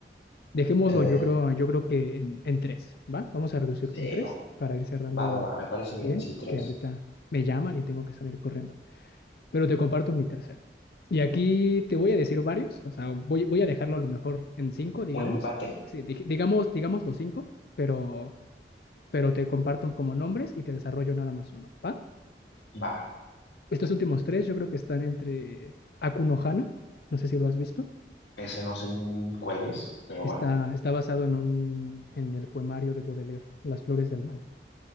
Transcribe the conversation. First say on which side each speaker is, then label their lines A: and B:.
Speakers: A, on the left; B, on the left.
A: Dejémoslo,
B: A ver,
A: yo creo, yo creo que en, en tres, ¿va? Vamos a reducirlo
B: sí,
A: en tres
B: va,
A: para ir cerrando
B: va, va, va, me parece bien,
A: bien,
B: sí, tres.
A: que ahorita me llaman y tengo que salir corriendo. Pero te comparto mi tercero. Y aquí te voy a decir varios, o sea, voy, voy a dejarlo a lo mejor en cinco, digamos.
B: ¿Un empate?
A: Sí, dij- digamos, digamos los cinco, pero, pero te comparto como nombres y te desarrollo nada más uno, ¿va?
B: Va.
A: Estos últimos tres yo creo que están entre Akuno Hana, no sé si lo has visto.
B: Ese no sé ni cuál es, pero
A: Está,
B: va.
A: está basado en un, en el poemario de Baudelaire, Las flores del mal.